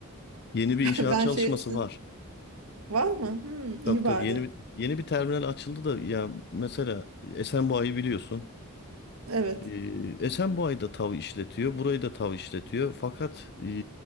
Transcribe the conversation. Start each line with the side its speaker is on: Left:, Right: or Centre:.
Left: Yeni bir
Right: Ben,
Left: inşaat
Right: ben
Left: çalışması
Right: şey açtım.
Left: var.
Right: Var mı? Hmm,
Left: Tabii
Right: iyi
Left: tabii.
Right: bari.
Left: Yeni bir yeni bir terminal açıldı da ya mesela Esenboğa'yı biliyorsun.
Right: Evet.
Left: Ee, Esenboğa'yı da TAV işletiyor. Burayı da TAV işletiyor. Fakat e,